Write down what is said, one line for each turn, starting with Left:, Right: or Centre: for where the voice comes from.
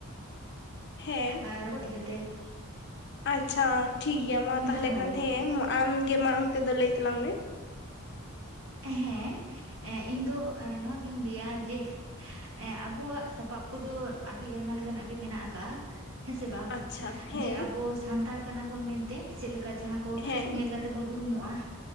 Left: ᱦᱮᱸ,
Right: <unintelligible>
Left: ᱟᱪᱪᱷᱟ ᱴᱷᱤᱠᱜᱮᱭᱟ ᱢᱟ
Right: ᱦᱳᱭ
Left: ᱛᱟᱦᱚᱞᱮ ᱠᱷᱟᱱ ᱦᱮᱸ ᱟᱢᱜᱮ ᱢᱟᱲᱟᱝ ᱛᱮᱫᱚ ᱞᱟᱹᱭ ᱛᱟᱞᱟᱝ ᱢᱮ,
Right: ᱦᱮᱸ ᱤᱧ ᱫᱚ ᱱᱚᱣᱟᱜᱤᱧ ᱞᱟᱹᱭᱟ ᱡᱮ ᱮᱸᱜ ᱟᱵᱚᱣᱟᱜ ᱥᱟᱯᱟᱯ ᱠᱚᱫᱚ ᱟᱹᱰᱤ ᱟᱭᱢᱟ ᱞᱮᱠᱟᱱᱟᱜ ᱜᱮ ᱢᱮᱱᱟᱜ ᱟᱠᱟᱜᱼᱟ, ᱦᱮᱸᱥᱮ ᱵᱟᱝ
Left: ᱟᱪᱪᱷᱟ ᱦᱮᱸ
Right: ᱡᱮ ᱟᱵᱚ ᱥᱟᱱᱛᱟᱲ ᱠᱟᱱᱟ ᱵᱩᱱ ᱢᱮᱱᱛᱮ ᱪᱮᱫ ᱞᱮᱠᱟ ᱡᱟᱦᱟᱸ ᱠᱚ
Left: ᱦᱮᱸ
Right: ᱧᱮᱞ ᱠᱟᱛᱮ ᱛᱮᱵᱚᱱ ᱩᱨᱩᱢᱚᱜᱼᱟ